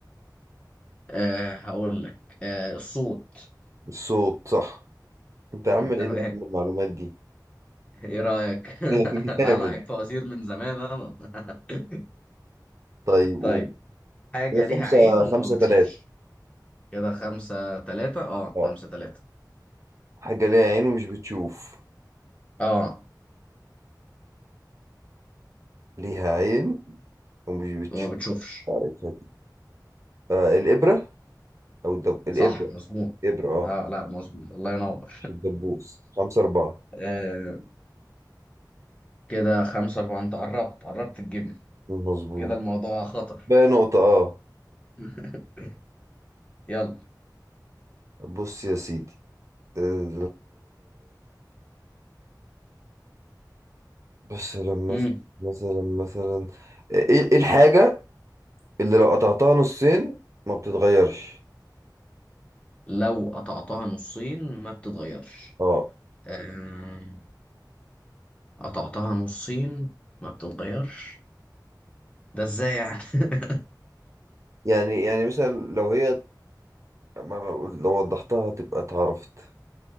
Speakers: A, on the left; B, on the right.
A: آه هقول لك آه الصوت
B: الصوت صح انت يا عم
A: <laughs>
B: ايه
A: تمام
B: ده يا عم المعلومات دي
A: ايه رأيك
B: <laughs>
A: <laughs> لا
B: جامد
A: لا عيب فوازير من زمان انا <laughs>
B: طيب قوم
A: طيب حاجة
B: هي
A: ليها
B: خمسة
A: عين
B: خمسة
A: وما بتشوفش
B: تلاتة
A: كده خمسة تلاتة اه
B: اه
A: خمسة تلاتة
B: حاجة ليها عين ومش بتشوف
A: اه
B: ليها عين ومش بتشوف
A: وما بتشوفش
B: عارفها دي آه الإبرة أو الدب... الإبرة
A: صح مظبوط
B: إبرة اه
A: اه لا مظبوط الله ينور
B: مش الدبوس خمسة أربعة
A: <laughs> آه كده خمسة أربعة أنت قربت قربت تجيبني
B: مظبوط
A: كده الموضوع خطر
B: بقى نقطة اه
A: <laughs> يلا
B: بص يا سيدي آه، بس لما
A: مم.
B: مثلا مثلا ايه إيه الحاجة اللي لو قطعتها نصين ما بتتغيرش
A: لو قطعتها نصين ما بتتغيرش
B: اه
A: آه قطعتها نصين ما بتتغيرش ده ازاي يعني <laughs>
B: يعني يعني مثلا لو هي ما لو لو وضحتها هتبقى اتعرفت